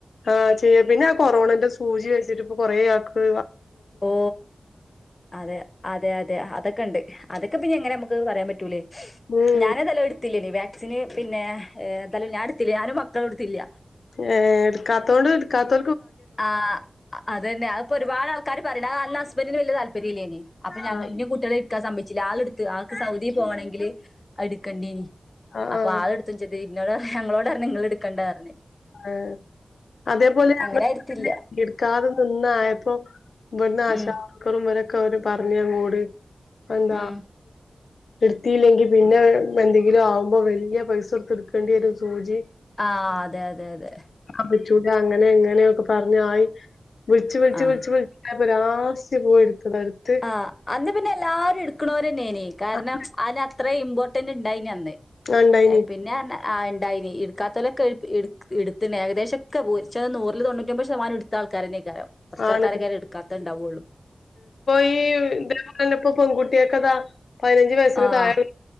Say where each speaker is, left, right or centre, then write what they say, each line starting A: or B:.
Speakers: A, on the left; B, on the left.
A: ആഹ് ചെയ്യ പിന്നെ ആ കൊറോണന്റെ സൂചി വച്ച് കുറേ ആക്ക്‌
B: ഓ അതെ അതെ അതെ അതൊക്കെ ഉണ്ട് അതൊക്കെ പിന്നെ എങ്ങനെ നമുക്ക് പറയാൻ പറ്റ റ്റുലേ
A: ഉം
B: ഞാനേതല്ലോ ടുത്തില്ലേ നീ വാക്സിന് പിന്നെ എന്തായാലും ഞാന എടുത്തില്ല ഞാനും മക്കളും എടുത്തില്ല
A: ഏ എടുക്കാത്തോണ്ട് എടുക്കാത്ത
B: ആഹ അത് തന്നെ അപ്പോ ഒരുപാട് കാര്യ പറയ അ ഹസ്ബന്റിന് വലിയ താല്പര്യമല്ലേന് അപ്പൊ
A: ആഹ്
B: ഞങ്ങ ഇ കുട്ടികള സംഭിച്ചില്ല ആള എടുത്ത് ആൾക്ക് സൗദി പോകണെങ്കിൽ എടുക്കണ്ടി
A: ആഹ്
B: അപ്പൊ
A: ആഹ്
B: ആള എടുത്തച്ചത് പിന്നോട് ഞങ്ങളോട നിങ്ങൾ എടുക്കണ്ടായിറഞ്ഞേ
A: ആഹ അതേപോലെ
B: അങ്ങനെ എടുത്തില്ല
A: എടുക്കാതെ നിന്നായപ്പോ വരുന്ന ആശാർകറും
B: ഉം
A: വരൊക്കെ അവര് പറഞ്ഞാൻ കൂടി ഉ അന്താ
B: ഉം
A: എടുത്തിയില്ലെങ്കിൽ പിന്നെ എന്തെങ്കിലും ആവുമ്പോ വലിയ പൈസ എടുത്ത് എടുക്കേണ്ടി വരും സൂചി
B: ആ അതെ അതെ അതെ
A: അപ്പ ചൂടാ അങ്ങനെ എങ്ങനെയൊക്കെ പറഞ്ഞായി വിളിച്ച് വിളിച്ച്
B: ആഹ്
A: വിളു <unintelligible> ആസ്യ പോയി എടുത്തതാ എടുത്ത്
B: ആഹ് അന്ന് പിന്നെ എല്ലാരും എടുക്കണോരന്നെ കാരണം
A: ആഹ്
B: അതിനത്ര ഇമ്പോർട്ട തന്ന ഇണ്ടായി അന്നേ
A: ഇണ്ടായിനി
B: പിന്നെ ആ ണ്ടായിനി ഇട്ക്കാത്തോലൊക്കെ ഇട്ത്തുണ് ഏകദേശൊക്കെ നൂറില് തൊണ്ണൂറ്റൊമ്പത് ശതമാനോം ഇട്ത്ത ആൾക്കാരെന്നെ കുറച്ച്
A: ആണ്
B: ആൾക്കാരൊക്കെ അയ്ല് എടുക്കാത്ത ഇണ്ടാവുള്ളു
A: പ്പോ <unintelligible> പെൺകുട്ടിയാക്കതാ പതിനഞ്ചു വയസിന്
B: ആഹ്
A: താഴെ